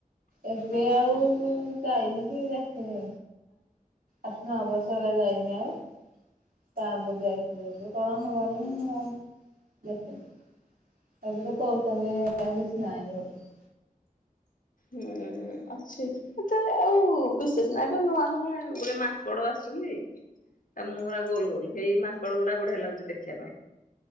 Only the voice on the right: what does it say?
ଏବେ ଆଉ ଯାଇନି କି ଦେଖିନି। ଆଠ ନଅବର୍ଷ ହେଲା ଯାଇନି ଆଉ। ତାଗରୁ ଯାଇଥିଲି ଏବେ କଣ ହବନି ମୁଁ ଆଉ ଦେଖିନି। ଏବେ ତ କହୁଛନ୍ତି ଏ କିଛି ନାହିଁ ବୋଲି।